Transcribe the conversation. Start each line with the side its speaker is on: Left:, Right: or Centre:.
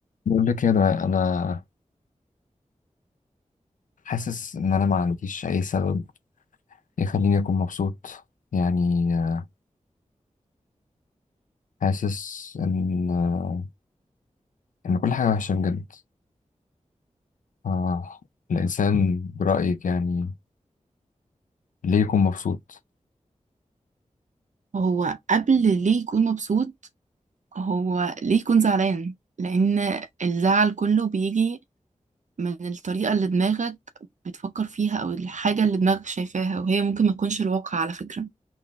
Left: بقول لك يا دعاء انا حاسس ان انا ما عنديش اي سبب يخليني اكون مبسوط يعني آه، حاسس ان آه، ان كل حاجه وحشه بجد آه، الانسان برايك يعني ليه يكون مبسوط
Right: هو قبل ليه يكون مبسوط هو ليه يكون زعلان لأن الزعل كله بيجي من الطريقة اللي دماغك بتفكر فيها أو الحاجة اللي دماغك شايفاها وهي ممكن ما تكونش الواقع على فكرة